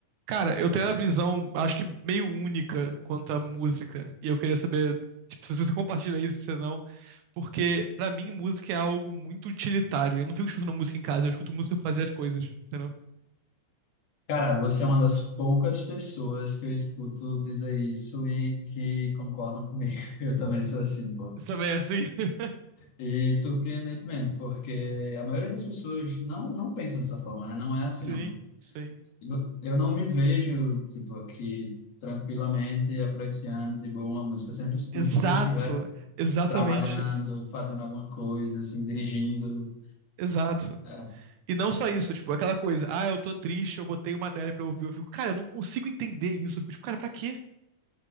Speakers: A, on the right; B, on the left.
A: Cara, eu tenho uma visão, acho que meio única quanto à música. E eu queria saber, tipo, se você compartilha isso, se não. Porque, pra mim, música é algo muito utilitário. Eu não fico escutando música em casa, eu escuto música pra fazer as coisas, entendeu?
B: Cara, você é uma das poucas pessoas que eu escuto dizer isso e que concordam comigo. <laughs> Eu também sou assim, pô.
A: Você Também é assim? <laughs>
B: E surpreendentemente, porque a maioria das pessoas não, não pensam dessa forma, né? Não é assim,
A: Sim,
B: não.
A: sim.
B: E vo- Eu não me vejo, tipo, aqui tranquilamente apreciando de boa uma música. Eu sempre escuto
A: Exato,
B: se eu estiver
A: exatamente.
B: trabalhando, fazendo alguma coisa, assim, dirigindo.
A: Exato.
B: é,
A: E não só isso, tipo, aquela coisa, ah, eu tô triste, eu botei uma dela pra ouvir, eu fico, cara, eu não consigo entender isso. Eu fico, tipo, cara, pra quê?